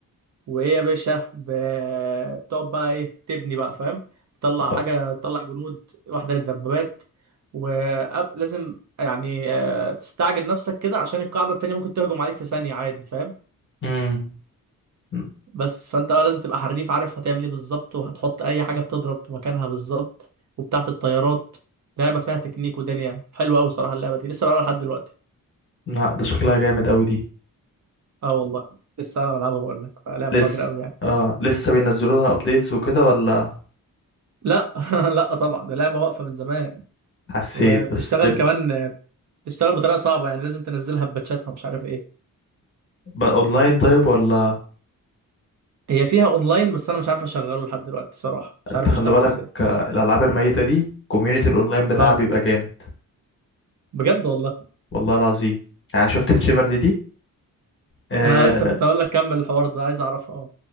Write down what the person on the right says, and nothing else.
وايه يا باشا ب- بتقعد بقى ايه تبني بقى فاهم تطلع
حاجه تطلع جنود واحده للدبابات ولازم يعني آه، تستعجل نفسك كده عشان القاعده التانيه ممكن تهجم عليك في ثانيه عادي فاهم
بس فانت بقى لازم تبقى حريف عارف هتعمل ايه بالظبط وهتحط اي حاجه بتضرب في مكانها بالظبط وبتاعه الطيارات لعبه فيها تكنيك ودنيا حلوه قوي صراحه اللعبه دي لسه بلعبها لحد دلوقتي
اه والله لسه انا بلعبها بقول لك لعبه
فجره قوي يعني
لا <laughs> لا طبعا ده لعبه واقفه من زمان
وبتشتغل
كمان بتشتغل بطريقه صعبه يعني لازم تنزلها بباتشاتها ومش عارف ايه
هي فيها اونلاين بس انا مش عارف اشغله لحد دلوقتي صراحه مش
عارف
بيشتغل
ازاي
اه
بجد والله
انا لسه كنت هقول لك كمل الحوار ده عايز اعرفها اه